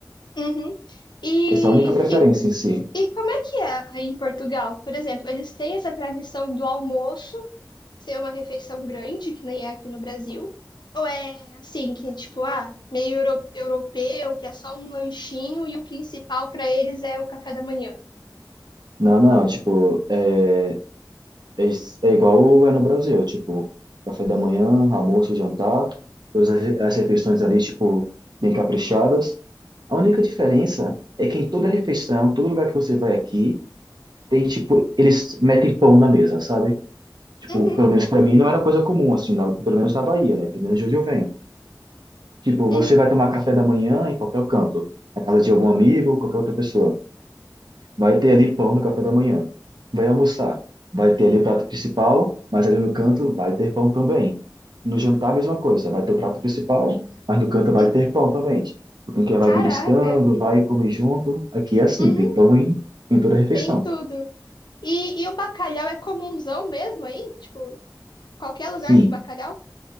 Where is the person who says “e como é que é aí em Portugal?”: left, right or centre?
Left